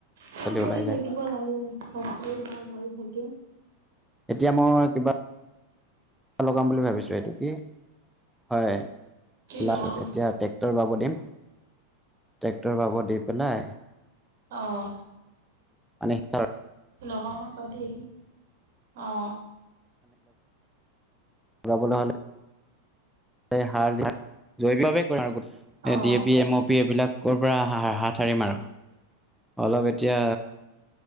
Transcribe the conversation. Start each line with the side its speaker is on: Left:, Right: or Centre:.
Centre: পাচলি
Right: কাম কৰি
Centre: ওলাই
Right: থাকিব
Centre: যায়
Right: লাগে স্বাস্থ্য ভাল হৈ থাকে।
Centre: এতিয়া মই কিবা লগাম বুলি ভাবিছো এইটো কি হয়
Right: কি
Centre: লাইছ
Right: লগাব
Centre: এতিয়া ট্ৰেক্টৰ বাব দিম। টেক্টৰ বাব দি পেলাই
Right: অহ।
Centre: মানে কাৰ
Right: লগৰ হওঁক ততি অ
Centre: লগাবলে হ'লে সে সাৰ ঝাৰ জৈৱিকভাৱে কৰিম আৰু
Right: O.
Centre: D A P L, M O P এইবিলাক ক'ৰ পৰা হা হাত সাৰিম আৰু অলপ এতিয়া